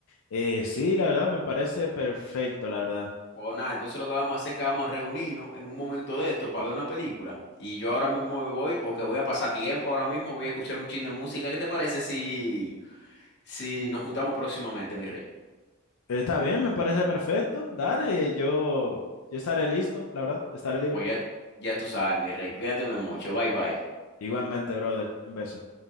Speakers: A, on the left; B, on the left.
A: Eh, sí, la verdad, me parece perfecto, la verdad.
B: Pues nada, entonces lo que vamos a hacer es que vamos a reunirnos en un momento de esto para ver una película. Y yo ahora mismo me voy porque voy a pasar tiempo, ahora mismo voy a escuchar un chin de música. ¿Qué te parece si, si nos juntamos próximamente, mi rey?
A: Está bien, me parece perfecto. Dale, yo, yo estaré listo, la verdad, estaré libre.
B: Pues ya, ya tú sabes, mi rey, cuídate mucho, bye bye.
A: Igualmente, brother, un beso.